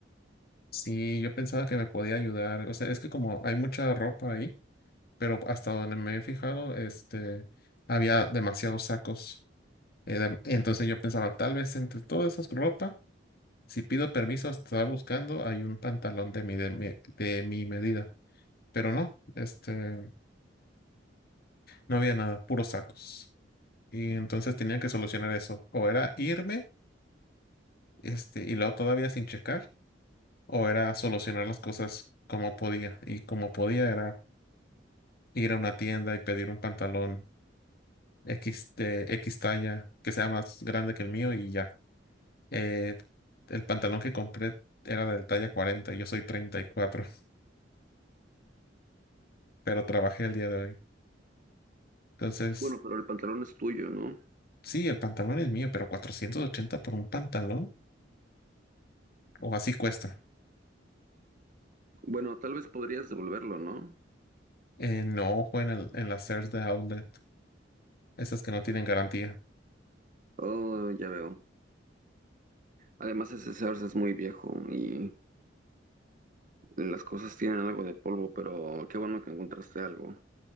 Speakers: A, on the left (about 55°); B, on the right (about 45°).
A: Sí, yo pensaba que me podía ayudar. O sea, es que como hay mucha ropa ahí, pero hasta donde me he fijado, este, había demasiados sacos. Eh, de- entonces yo pensaba, tal vez entre todas esas ropa, si pido permiso a estar buscando, hay un pantalón de mi, de mi, de mi medida. Pero no, este. No había nada, puros sacos. Y entonces tenían que solucionar eso. O era irme, este, y luego todavía sin checar, o era solucionar las cosas como podía. Y como podía era ir a una tienda y pedir un pantalón X de X talla que sea más grande que el mío y ya. Eh, el pantalón que compré era del talla 40 yo soy 34 <laughs> pero trabajé el día de hoy. Entonces,
B: Bueno, pero el pantalón es tuyo, ¿no?
A: sí, el pantalón es mío, pero 480 por un pantalón, o así cuesta.
B: Bueno, tal vez podrías devolverlo, ¿no?
A: Eh, no, fue en, el- en las CERS de Outlet, esas que no tienen garantía.
B: Oh, ya veo. Además, ese Sears es muy viejo y las cosas tienen algo de polvo, pero qué bueno que encontraste algo.